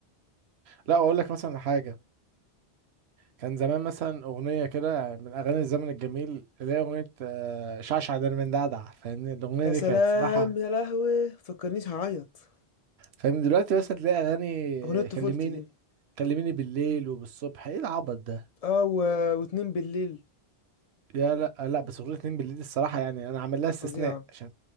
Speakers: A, on the right; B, on the left.
A: لا اقول لك مثلا حاجة كان زمان مثلا اغنية كده من اغاني الزمن الجميل اللي هي اغنية آه، شعشع درمندعدع فاهمني الاغنية
B: يا
A: دي
B: سلام
A: كانت صراحة
B: يا لهوي فكرنيش هعيط
A: فاهم دلوقتي بس هتلاقي اغاني
B: اغنية طفولتي
A: كلميني
B: دي
A: كلميني بالليل وبالصبح ايه العبط ده
B: اه و... واتنين بالليل
A: يا لا لا بس اغنيه اتنين بالليل دي الصراحه يعني انا عامل لها استثناء
B: فظيعة
A: عشان